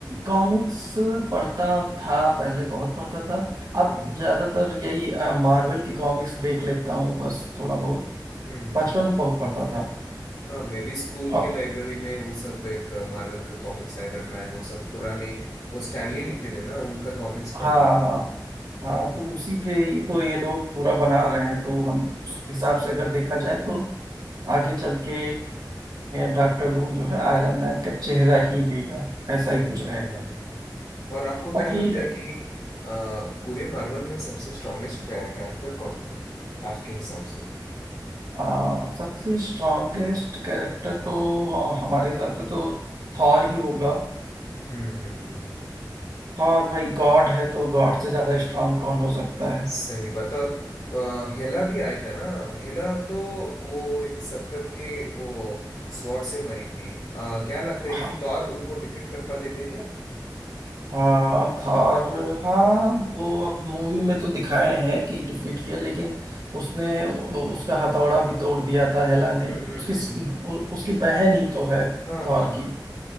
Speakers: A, on the right; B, on the left.
A: कॉमिक्स पढ़ता था पहले बहुत पढ़ता था अब
B: हम्म हम्म
A: ज्यादातर यही मार्वल की कॉमिक्स देख लेता हूँ बस थोड़ा बहुत
B: हम्म हम्म।
A: बचपन में बहुत पढ़ता था
B: हाँ मैं भी स्कूल
A: और
B: के लाइब्रेरी में वो सब एक मार्वल का कॉमिक्स आयरन मैन वो सब पुराने वो स्टैनली लिखते थे ना उनका कॉमिक्स पढ़ता
A: हाँ
B: था
A: हाँ हाँ
B: हाँ
A: तो
B: हाँ
A: उसी पे ही तो ये लोग पूरा बना
B: हम्म
A: रहे हैं तो हम उस हिसाब से अगर देखा जाए तो आगे चल के डॉक्टर डूम जो है आयरन मैन का चेहरा ही लेगा ऐसा
B: हम्म
A: ही कुछ
B: हम्म
A: रहेगा
B: हम्म, हम्म। और आपको
A: बाकी
B: क्या लगता है कि अ, पूरे मार्वल में सबसे स्ट्रॉन्गेस्ट कैरेक्टर कौन थे आपके हिसाब से
A: आ, सबसे स्ट्रॉन्गेस्ट कैरेक्टर तो आ, हमारे हिसाब से तो थॉर ही होगा
B: हम्म हम्म हम्म हम्म।
A: थॉर भाई गॉड है तो गॉड से ज्यादा स्ट्रांग कौन हो सकता है
B: सही बात है। और अ, हेला भी आया था ना हेला तो वो एक सरतर के वो स्वॉर्ड से मरी थी अ, क्या लगता है
A: हाँ
B: कि थॉर उनको डिफीट कर पाते थे क्या
A: हाँ, थॉर हाँ वो अब मूवी में तो दिखाए हैं कि डिफीट किया लेकिन उसने उ- उसका हथौड़ा भी तोड़ दिया था हेला ने
B: हम्म हम्म
A: उसकी
B: हम्म
A: स-
B: हम्म।
A: उ- उसकी बहन ही तो है
B: हाँ
A: थॉर
B: हाँ हाँ
A: की